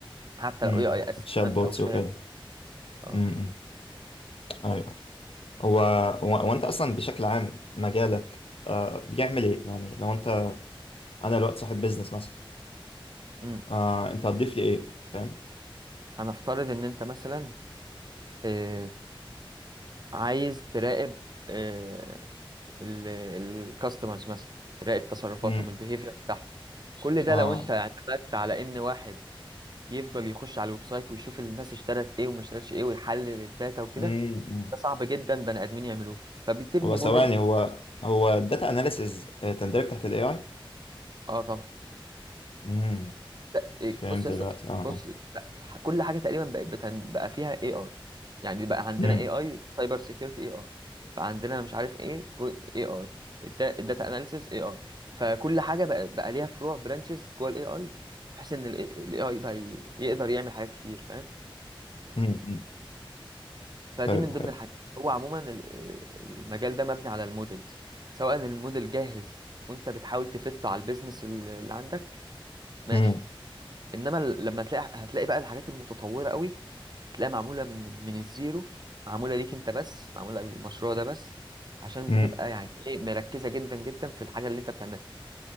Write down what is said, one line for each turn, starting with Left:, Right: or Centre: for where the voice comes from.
Right: حتى
Left: امم
Right: لو اي اي اسيستنت
Left: تشات بوتس
Right: او شات
Left: وكده
Right: اه
Left: امم ايوه هو هو هو انت اصلا بشكل عام مجالك آه بيعمل ايه يعني لو انت انا دلوقتي صاحب بيزنس مثلا
Right: امم
Left: آه انت هتضيف لي ايه فاهم
Right: هنفترض ان انت مثلا آه... عايز تراقب آه... الكاستمرز مثلا تراقب تصرفاتهم
Left: امم
Right: البيهيفير بتاعهم كل ده
Left: اه
Right: لو انت اعتمدت على ان واحد يفضل يخش على الويب سايت ويشوف الناس اشترت ايه وما اشترتش ايه ويحلل الداتا وكده
Left: امم
Right: ده صعب جدا بني ادمين يعملوه فبتبني
Left: هو ثواني
Right: موديل
Left: هو هو الداتا اناليسز تندرج تحت الاي اي
Right: اه طبعا
Left: امم
Right: لا إيه
Left: فهمت
Right: بص يا اسطى
Left: دلوقتي اه
Right: بص
Left: اه
Right: لا ح- كل حاجه تقريبا بقت بتن- بقى فيها اي اي يعني بقى عندنا
Left: امم
Right: اي اي سايبر سيكيورتي اي اي بقى عندنا مش عارف ايه اي اي الداتا اناليسيز اي اي فكل حاجه بقى بقى ليها فروع برانشز جوه الاي اي بحيث ان الاي اي بقى ي- يقدر يعمل حاجات كتير فاهم
Left: امم أمم.
Right: فدي
Left: حلو
Right: من ضمن
Left: حلو
Right: الحاجات هو عموما ال- المجال ده مبني على المودلز سواء الموديل جاهز وانت بتحاول تفته على البيزنس اللي عندك ماشي
Left: امم
Right: انما ال- لما تلاقي هتلاقي بقى الحاجات المتطوره قوي هتلاقيها معموله من من الزيرو معموله ليك انت بس معموله للمشروع ده بس عشان
Left: امم
Right: بتبقى يعني ايه مركزه جدا جدا في الحاجه اللي انت بتعملها